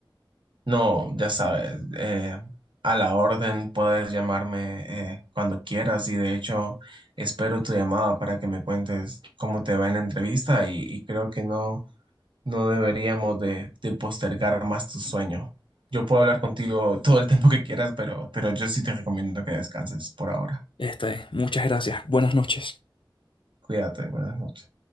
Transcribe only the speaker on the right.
No, ya sabes, eh, a la orden puedes llamarme eh, cuando quieras y de hecho espero tu llamada para que me cuentes cómo te va en la entrevista y y creo que no. No deberíamos de, de postergar más tu sueño. Yo puedo hablar contigo todo el tiempo que quieras, pero, pero yo sí te recomiendo que descanses por ahora.
Cuídate, buenas noches.